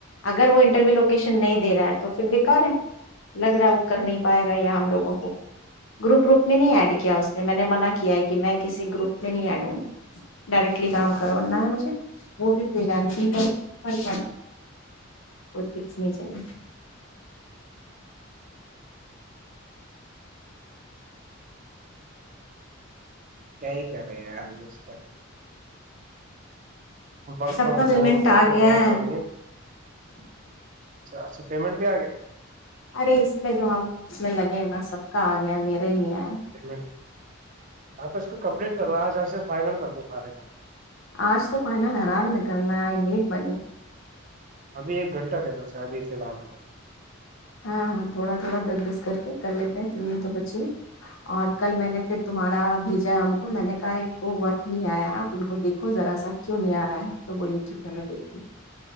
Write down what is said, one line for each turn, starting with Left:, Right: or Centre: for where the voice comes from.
Left: اگر وہ انٹرویو لوگ کیشن نہیں دے رہا ہے تو پھر بیکار ہے لگ رہا وہ کر نہیں پائے گا یہ ہم لوگوں کو گروپ گوپ میں نہیں ایڈ کیا اس نے میں نے منع کیا ہے کہ میں کسی گروپ میں نہیں ایڈ ہوں گی ڈائریکٹلی کام کرنا ہے مجھے وہ بھی ف لگ رنی چاہی
Right: کیائی کرے ہیں آ رس ورک
Left: سب
Right: فرام
Left: کا پیمنٹ
Right: ہوم ورک
Left: آ
Right: فرام
Left: گیا
Right: ہوم
Left: ہے
Right: تو نہیں اچھا پیمنٹ بھی آ گیا
Left: ارے اس میں جو ہم اس میں لگے نا سب کا آ گیا میرا ارینیا
Right: پیمنٹ ہاں تو اس کو کمپلیٹ کرو آج آج سے فائنل کر دو سارے کو
Left: آج تو کہ ن لرار میں کرنا ہے میٹ <unintelligible>
Right: ابھی ایک گھنٹہ دتا سر ابھی فی الحال میں
Left: ہاں ہاں تھوڑا تھوڑا دس دس کر کے کر لیتے ہیں تنی تو بچیے اور کل میں نے پھر تمہارا بھیجا ہے ان کو میں نے کہا ان کو ورک نہیں آیا ہے آپ ان کو دیکھو ذرا سا کیوں نہیں آ رہا ہے تو بولیے ٹھیک ہے میں دیکھتی ہ